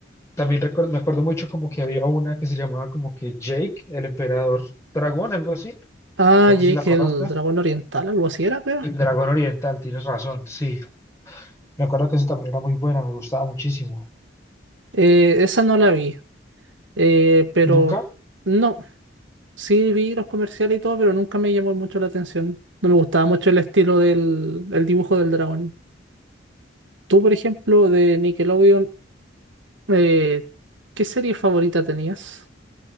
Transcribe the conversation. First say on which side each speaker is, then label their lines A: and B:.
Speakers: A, on the left (about 15°); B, on the right (about 85°).
A: También recuer- me acuerdo mucho como que había una que se llamaba como que Jake, el emperador dragón, algo así.
B: Ah,
A: No
B: Jake,
A: sé si la conozcas.
B: el dragón oriental, algo así era, creo.
A: El dragón oriental, tienes razón, sí. Me acuerdo que esa también era muy buena, me gustaba muchísimo.
B: Eh, esa no la vi. Eh, pero
A: ¿Nunca?
B: no, sí vi los comerciales y todo, pero nunca me llamó mucho la atención. No me gustaba mucho el estilo del el dibujo del dragón. Tú, por ejemplo, de Nickelodeon, eh, ¿qué serie favorita tenías?